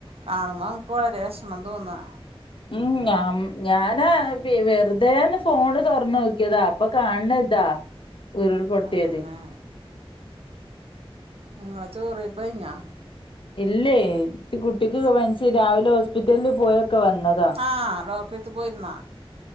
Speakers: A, on the right; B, on the left.
A: കാണുമ്പോ നമുക്ക് വളരെ വെഷമം തോന്നാ
B: ഉം ഞാ ഞാനാ വെറുതേന്ന് ഫോണ് തൊറന്ന് നോക്കിയതാ അപ്പൊ കാണ് ണെ ഇതാ ഉരുൾ പൊട്ടിയത്
A: അതന്നെ ഉം ഇങ്ങളെ ചോറെയ്പ്പ കഴ്‌ഞ്ഞാ
B: ഇല്ലേ കുട്ടിക്ക് പനിച്ചു രാവിലെ ഹോസ്പിറ്റൽല് പോയൊക്കെ വന്നതാ
A: ആഹ് ഡോക്ടറെത്ത് പോയിരുന്നോ